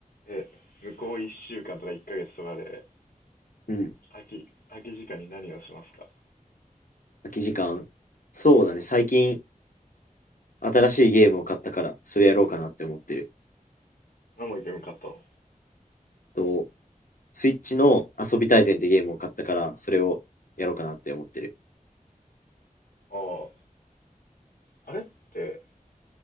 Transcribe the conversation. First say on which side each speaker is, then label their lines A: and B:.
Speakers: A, on the left; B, on the left.
A: え、向こう1週間とか1ヶ月とかで、
B: うん
A: 空き、空き時間に何をしますか
B: 空き時間。そうだね、最近新しいゲームを買ったから、それやろうかなって思ってる。
A: 何のゲーム買ったの
B: と、スイッチの遊び大全ってゲームを買ったから、それをやろうかなって思ってる。
A: ああ、あれって、